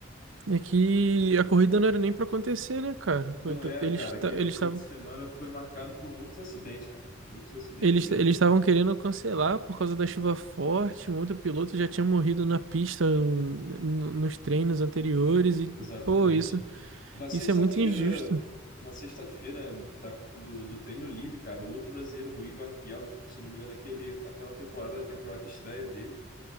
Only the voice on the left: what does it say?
um.
Não
era,
cara.
Aquele
fim
de semana foi marcado por muitos acidentes, cara. Muitos acidentes
mesmo.
Exatamente.
Na sexta-feira,
na sexta-feira da- do, do treino livre, cara, o outro brasileiro, Rui Barrichello, se eu não me engano, aquele, aquela temporada, a temporada de estreia dele,